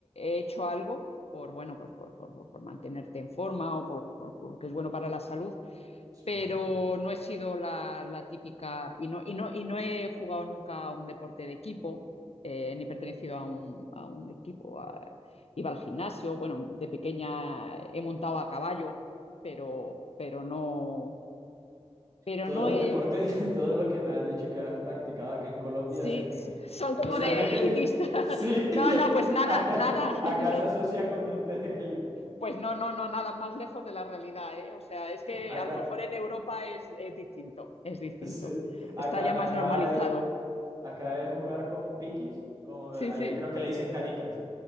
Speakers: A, on the left; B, on the right.
A: he hecho algo por, bueno, pues por, por, por mantenerte en forma o por, por, porque es bueno para la salud,
B: Sí.
A: pero no he sido la, la típica y no, y, no, y no he jugado nunca a un deporte de equipo, eh, ni pertenecido a un, a un equipo. a- iba al gimnasio, bueno, de pequeña he montado a caballo, pero, pero no, pero
B: Todos
A: no
B: los
A: he...
B: deportes, <laughs> todo lo que me has dicho que has practicado acá en Colombia,
A: Sí,
B: se-
A: so-
B: <laughs>
A: son como
B: usualmente
A: de elitista. <laughs>
B: sí,
A: No, no,
B: <laughs>
A: pues nada,
B: acá,
A: nada,
B: acá
A: <laughs> no,
B: se asocia con gente de élite.
A: pues no, no, no, nada más lejos de la realidad, ¿eh? O sea, es que
B: Acá,
A: a lo mejor en Europa es, es distinto, es distinto.
B: sí, acá,
A: Está ya más
B: acá,
A: normalizado.
B: eh, acá es jugar con piquis, como,
A: Sí,
B: eh, allá
A: sí.
B: creo que le dicen canicas.